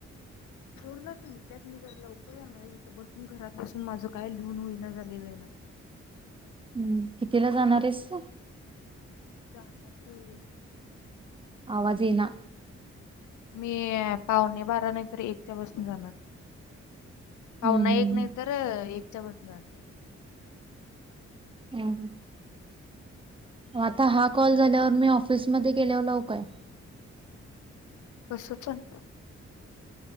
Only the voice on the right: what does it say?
हम् कितीला जाणार आहेस?
आवाज येना
हम्म हम्म
हम्म.
हम् ह आता हा कॉल झाल्यावर मी ऑफिसमध्येध्ये गेल्यावर लवू काय?